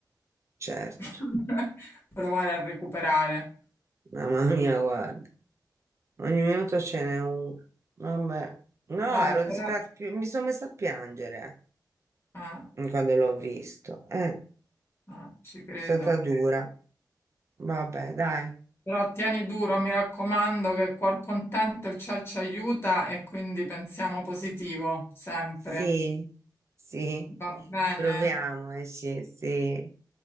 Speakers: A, on the right; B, on the left.
A: certo.
B: <laughs> provare a recuperare.
A: Mamma mia, guarda, ogni minuto ce n'è una. Vabbè. No,
B: Ah,
A: ero
B: però,
A: disperata, più- mi sono messa a piangere. eh.
B: ah,
A: mm, quando l'ho visto. Eh, è
B: ah, ci credo.
A: stata dura. Vabbè, dai.
B: Però tieni duro, mi raccomando, che cuor contento il ciel ci aiuta e quindi pensiamo positivo, sempre.
A: Sì, sì.
B: Va bene?
A: Proviamoci, sì. sì.